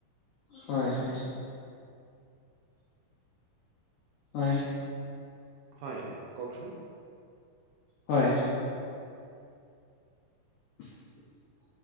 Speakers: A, on the left; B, on the right.
A: হয় হয়। হয়।
B: হয় কওক চোন।
A: হয়। <unintelligible>